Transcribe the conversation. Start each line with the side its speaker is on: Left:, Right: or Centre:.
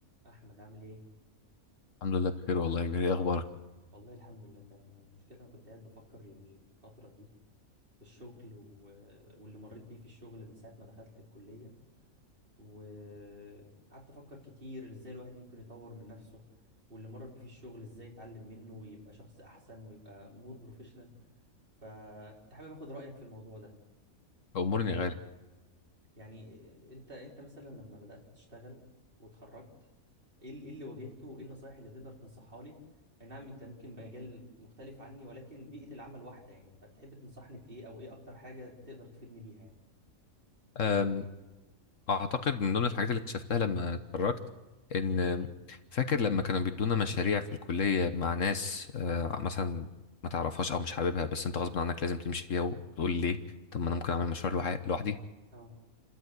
Right: احمد عامل ايه
Left: الحمد لله بخير والله يا كبير ايه اخبارك
Right: والله الحمد لله تمام المشكله انا كنت قاعد بفكر الفتره دي في الشغل و... واللي مريت بيه في الشغل من ساعه ما دخلت الكليه وقعدت افكر كتير ازاي الواحد ممكن يطور من نفسه واللي مر بيه في الشغل ازاي يتعلم منه ويبقى شخص احسن ويبقى مور بروفيشنال فكنت حابب اخد رايك في الموضوع ده
Left: امورني يا غالي
Right: يعني انت انت مثلا لما بدأت تشتغل واتخرجت ايه ال- إيه اللي واجهته وايه النصايح اللي تقدر تنصحها لي اي نعم انت ممكن بمجال مختلف عني ولكن بيئة العمل واحدة يعني فتحب تنصحني بايه او ايه اكتر حاجة تقدر تفيدني بيها يعني
Left: أم، اعتقد من ضمن الحاجات اللي اكتشفتها لما اتخرجت ان فاكر لما كانوا بيدونا مشاريع في الكليه مع ناس آه، مثلا ما تعرفهاش او مش حاببها بس انت غصب عنك لازم تمشي فيها وتقول ليه طب ما انا ممكن اعمل مشروع لوحي- لوحدي
Right: اه